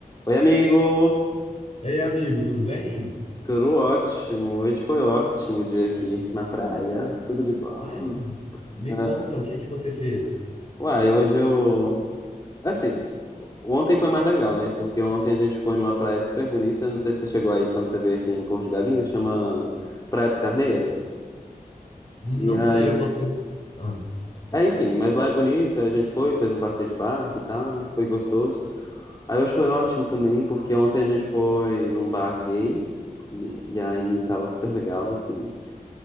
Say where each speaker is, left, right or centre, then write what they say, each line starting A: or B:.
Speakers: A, on the left; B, on the left.
A: Oi, amigo!
B: Ei, amigo, tudo bem?
A: Tudo ótimo. Hoje foi ótimo o dia aqui na praia. Tudo de bom.
B: Ai,
A: Hum.
B: me
A: Ah,
B: conta, o que que você fez?
A: uai, hoje eu. Assim, ontem foi mais legal, né? Porque ontem a gente foi numa praia super bonita. Não sei se você chegou aí quando você veio aqui em Porto de Galinhas, chama Praia dos Carneiros.
B: Não
A: E aí.
B: sei, eu posso perguntar. Ah,
A: É, enfim, mas lá é bonito. aí A gente foi, fez um passeio de barco e tal. Foi gostoso. Aí hoje foi ótimo também, porque ontem a gente foi num bar gay. E, e aí tava super legal, assim.